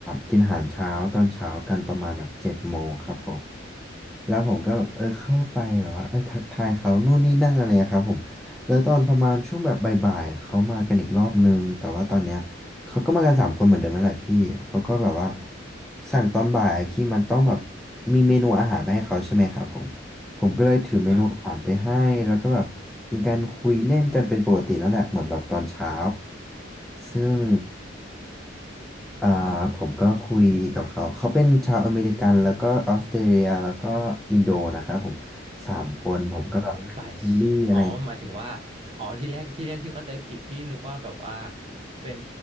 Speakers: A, in the centre; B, on the right.
A: กินอาหารเช้าตอนเช้ากันประมาณแบบเจ็ดโมงครับผม แล้วผมก็แบบเออเข้าไปแบบว่าเออทักทายเขานู่นนี่นั่นอะไรอะครับผมแล้วตอนประมาณช่วงแบบบ่ายๆเขามากันอีกรอบนึงแต่ว่าตอนเนี้ยเขาก็มากันสามคนเหมือนเดิมนั่นแหละพี่เขาก็แบบว่าสั่งตอนบ่ายพี่มันต้องแบบมีเมนูอาหารไปให้เขาใช่ไหมครับผมผมก็เลยถือเมนูอาหารไปให้แล้วก็แบบมีการคุยเล่นกันเป็นปกตินั่นแหละเหมือนแบบตอนเช้า
B: ครับ
A: ซึ่ง อ่าผมก็คุยกับเขาเขาเป็นชาวอเมริกันแล้วก็ออสเตรเลียแล้วก็อินโดนะครับผมสามคนผมก็แบบฟิลิปปินส์อะไร
B: โอ้โหสายชอ๋อ หมายถึงว่า อ๋อ ที่แรกที่แรกพี่เข้าใจผิดพี่นึกว่าแบบว่า เป็น